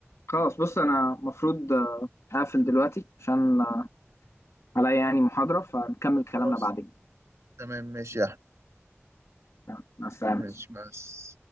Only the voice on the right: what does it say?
خلاص
تمام ماشي يا احمد
ماشي بس